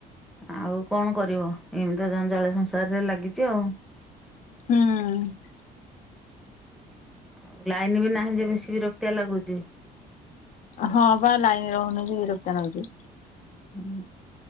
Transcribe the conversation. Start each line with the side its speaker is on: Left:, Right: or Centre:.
Centre: ଆଉ କଣ କରିବ ଏମିତି ଜଞ୍ଜାଳ ସଂସାରରେ ଲାଗିଛି ଆଉ।
Left: ହୁଁ।
Centre: ଆଉ ଲାଇନ ବି ନାହିଁ ଯେ ବେଶୀ ବିରକ୍ତିଆ ଲାଗୁଛି।
Left: ହଁ ପା ଲାଇନ ରହୁନି ଯେ ବିରକ୍ତିଆ ଲାଗୁଛି।
Centre: ହୁଁ।